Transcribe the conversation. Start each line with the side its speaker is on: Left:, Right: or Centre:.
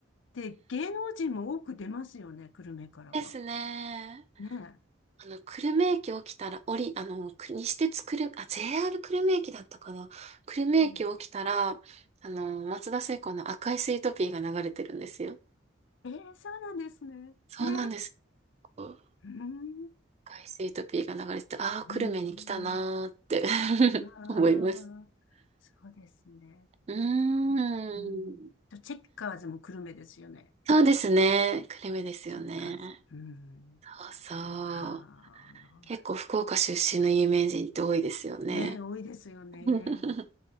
Left: で、芸能人も多く出ますよね、久留米からは。
Right: ですね。
Left: ね
Right: あの、久留米駅起きたら、降り、あの、く西鉄久留、あ、JR 久留米駅だったかな。久留米駅起きたら、
Left: え。ええ、
Right: あの、松田聖子の赤いスイートピーが流れてるんですよ。
Left: ええそうなんですね。
Right: そうなんです。
Left: ええ、
Right: 赤
Left: うん。
Right: いスイートピーが流れてて、ああ、
Left: うん。
Right: 久留米に来たなーって <laughs>
Left: ああ、
Right: 思います。
Left: そうですね。
Right: うーん。
Left: あと、久留米うん。と、チェッカーズも久留米ですよね。
Right: そうですね。久留米ですよね。
Left: チェッカーズ。うん。
Right: そうそう。
Left: はあ、
Right: 結構福岡出身の有名人って多いですよね。
Left: ね、多いですよね。
Right: <laughs>